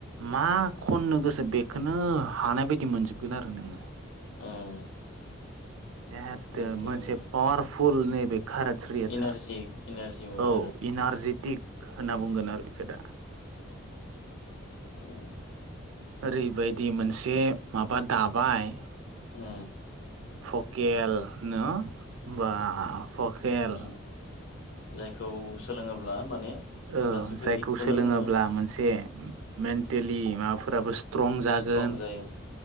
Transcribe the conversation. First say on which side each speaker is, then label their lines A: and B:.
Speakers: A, on the right; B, on the left.
A: मा खननो गोसो बेखौनो हानाय बायदि मोनजोबगोन आरो नोङो।
B: उम
A: एथदो
B: बेबायदि
A: मोनसे
B: आरो
A: पावारफुल नै बे खारस्त रियथ्ससा
B: इनारजि इनारजि मोनो
A: औ
B: आरो
A: इनारजेटिक होनना बुंगोन आरो बेखौ दा।
B: उम
A: ओरैबायदि मोनसे माबा दाबाय
B: उम
A: भकेलनो बा भकेल
B: उम जायखौ सोलोङोब्ला माने
A: ओ
B: गासैबो
A: जायखौ
B: गितखौनो
A: सोलोङोब्ला
B: नोङो
A: मोनसे मेनथिलि माबाफोराबो स्ट्रं जागोन,
B: स्ट्रं जायो